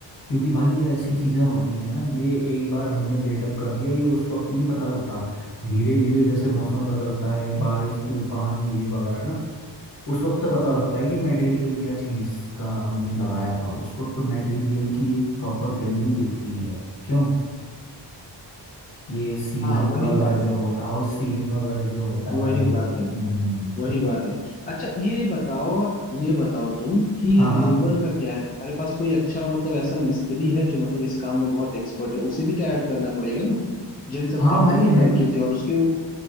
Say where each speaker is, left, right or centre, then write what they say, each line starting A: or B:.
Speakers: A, on the left; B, on the left.
A: क्योंकि भाई ये ऐसी चीज़ें होती हैं ना ये एक बार हमने बिल्डअप कर दिया ये उस वक्त नहीं पता लगता धीरे धीरे जैसे मौसम बदलता है बारिश तूफान ये वगैरह ना उस वक्त पता लगता है कि मटेरियल क्या चीज़ का हमने लगाया था उस वक्त मटेरियल की एक प्रॉपर वैल्यू दिखती है क्यों ये सीलन
B: हाँ वही
A: वगैरह
B: बात
A: जो
B: है
A: होता हाउस सीलिंग वगैरह जो होता
B: वही
A: है ये
B: बात है
A: हम्म
B: वही बात है अच्छा ये बताओ ये बताओ तुम कि
A: हाँ हाँ
B: लेबर का क्या है तुम्हारे पास कोई अच्छा मतलब ऐसा मिस्त्री है जो मतलब इस काम में बहुत एक्सपर्ट है उसे भी तो ऐड करना पड़ेगा ना जिन सब
A: हाँ
B: कामों
A: भाई
B: को
A: है
B: करके
A: ना
B: दे और उसके